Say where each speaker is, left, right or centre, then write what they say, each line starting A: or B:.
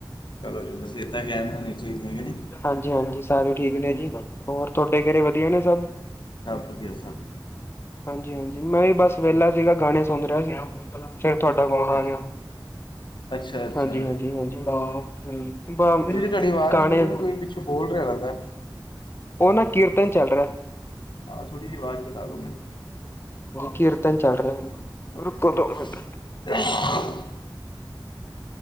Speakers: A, on the left; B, on the left.
A: ਚਲੋ ਜੀ, ਸੇਹਤਾ ਕਹਿਮ ਹੋਣੀ ਚਾਹੀਦੀ ਕਿ ਨਹੀਂ।
B: ਹਾਂਜੀ-ਹਾਂਜੀ, ਸਾਰੇ ਠੀਕ ਨੇ ਜੀ ਹੋਰ ਤੁਹਾਡੇ ਘਰੇ ਵਧੀਆ ਨੇ ਸਭ।
A: ਸਬ ਵਧੀਆ ਸਬ।
B: ਹਾਂਜੀ-ਹਾਂਜੀ, ਮੈਂ ਵੀ ਬਸ ਵੇਲਾ ਸੀਗਾ, ਗਾਣੇ ਸੁਣ ਰਿਹਾ ਸੀ। ਫਿਰ ਤੁਹਾਡਾ ਫੋਨ ਆ
A: ਅੱਛਾ
B: ਗਿਆ
A: ਅੱਛਾ ਅੱਛਾ
B: ਹਾਂਜੀ, ਹਾਂਜੀ, ਹਾਂਜੀ ਬ <unintelligible>
A: ਤੁਹਾੜੀ ਆਵਾਜ਼
B: ਗਾਣੇ
A: ਨਾ ਥੋੜੀ ਨਾ ਕੋਈ ਪਿੱਛੋਂ ਬੋਲ ਰਿਹਾ ਲਗਦਾ
B: ਉਹ ਨਾ ਕੀਰਤਨ ਚੱਲ ਰਿਹਾ।
A: ਹਾਂ ਥੋੜ੍ਹੀ ਜਿਹੀ ਆਵਾਜ਼ ਘਟਾ ਦਿਉ ਮੈਨੂੰ
B: ਕੀਰਤਨ ਚਲ ਰਿਹਾ।
A: ਹਾਂਜੀ
B: ਰੁਕੋ
A: ਹਾਂਜੀ
B: ਦੋ ਮਿੰਟ।
A: <unintelligible>